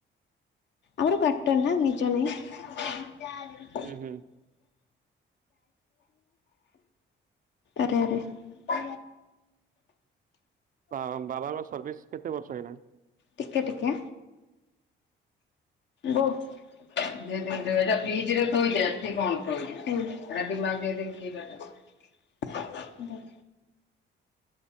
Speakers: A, on the left; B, on the right.
A: ଆମର କୁଆଟର ନା ନିଜ ନାଇଁ।
B: ହୁଁ-ହୁଁ
A: ଆରେ ଆରେ <inaudible>
B: ବା ବାବାଙ୍କ ସର୍ଭିସ କେତେ ବର୍ଷ ହେଇଗଲାଣି?
A: ଟିକେ ଟିକେ ବୋ <inaudible> ଫିଜିରେ ଥୋଇଦେ ଏଠି କଣ ଥୋଉଚୁ ହୁଁ <unintelligible> ହୁଁ।